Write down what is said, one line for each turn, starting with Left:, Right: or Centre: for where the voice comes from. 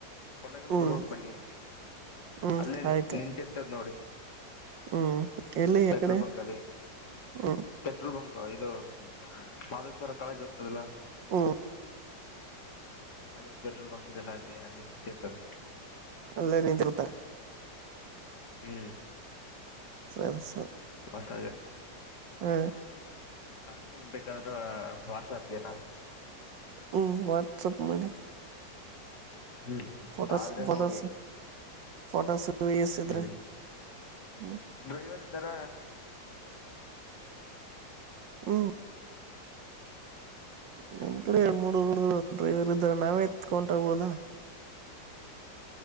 Left: ಕೊಲೆಗಳು
Right: ಹ್ಮ್
Left: ಬರುವೋಗ ಬನ್ನಿ
Right: ಹ್ಮ್
Left: ಅಲ್ಲೇ
Right: ಆಯ್ತು
Left: ನಿಂತಿರ್ತದ್ ನೋಡಿ
Right: ಹ್ಮ್ ಎಲ್ಲಿ
Left: ಪೆಟ್ರೋಲ್
Right: ಈ ಕಡೆ
Left: ಬಂಕ ಅಲ್ಲಿ
Right: ಹ್ಮ್
Left: ಪೆಟ್ರೋಲ್ ಬಂಕ್ ಇದು ಮಹದೇಶ್ವರ ಕಾಲೇಜ್ ಹೋಗ್ತದಲ್ಲ
Right: ಹ
Left: ಅಲ್ಲೊಂದು ಪೆಟ್ರೋಲ್ ಬಂಕ್ ಇದೆಲ್ಲ ಅದೆ ಅಲ್ಲಿ ನಿಂತಿರ್ತದೆ
Right: ಅಲ್ಲೆ ನೀಂತ ಬಿಟ್ಟ
Left: ಹ್ಮ್
Right: ಸರಿ ಸರಿ
Left: ಹೊಸ
Right: ಹ್ಮ
Left: ಕಳ್ಸತನಿ ಬೇಕಂದ್ರ ವಾಟ್ಸಪ್ಗೆ ನಾ
Right: ಹ್ಮ್ ವಾಟ್ಸಪ್ ಮಾಡಿ
Left: ಹ್ಮ್
Right: ಫೋಟೋಸ್
Left: ಆದ್ರೆ
Right: ಫೋಟೋಸ್
Left: ನೋಡಿ
Right: ಫೋಟೋಸ್ ಎಸಿದ್ರೆ
Left: ಹ್ಮ್
Right: ಹ್ಮ್
Left: ಡ್ರೈವರ್ ಇದ್ದಾರ.
Right: ಹ್ಮ್ ನಮ್ ಕಡೆ ಎರಡು ಮೂರು ಡ್ರೈವರ್ ಇದ್ದಾರೆ ನಾವೇ ಎತ್ಕೊಂಡ್ಗ್ಬೋದ.